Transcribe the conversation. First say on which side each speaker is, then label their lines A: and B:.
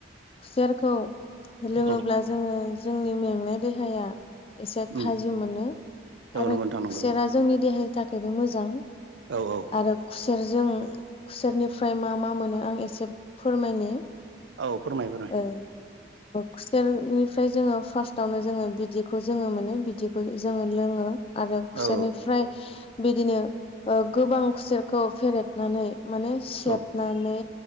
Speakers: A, on the left (about 30°); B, on the right (about 70°).
A: खुसेरखौ लोङोब्ला
B: औ
A: जोङो जोंनि मेंनाय देहाया एसे
B: उम
A: थाजिम मोनो
B: औ
A: आरो
B: नंगौ नोंथां नंगौ
A: खुसेरा
B: नंगौ
A: जोंनि देहानि थाखायबो मोजां
B: औ औ
A: आरो खुसेरजों खुसेरनिफ्राय मा मा मोनो आं एसे फोरमायनि
B: औ फोरमाय फोरमाय
A: ओ खुसेरनिफ्राय जोङो फार्स्टआवनो जोङो बिदैखौ जोङो मोनो बिदैखौ जोङो लोङो आरो खुसेरनिफ्राय
B: औ
A: बिदिनो गोबां खुसेरखौ फेरेदनानै माने सेबनानै
B: औ